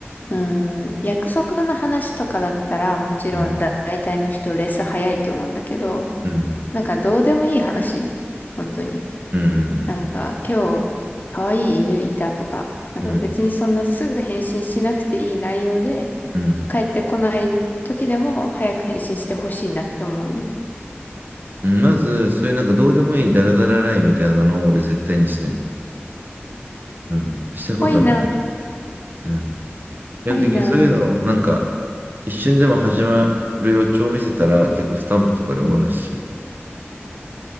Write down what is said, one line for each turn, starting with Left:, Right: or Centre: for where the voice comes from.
Left: うーん、約束の話とかだったら、もちろん大体の人レス早いと思うんだけど、
Right: うん、うん、
Left: なんかどうでもいい話本当に。
Right: うん、
Left: なんか、今日、可愛い犬いたとか、なんか別にそんなすぐ返信しなくていい内容で、
Right: うん、うん。
Left: 帰ってこない時でも早く返信してほしいなって思うの。
Right: うんまず、そういうなんかどうでもいいダラダララインみたいなのを俺絶対にしない。うん、したことない。
Left: 多いな。
Right: うん。基本的にそういうのをなんか
Left: 多いな。
Right: 一瞬でも始まる予兆を見せたら、結構スタンプとかで終わらせちゃ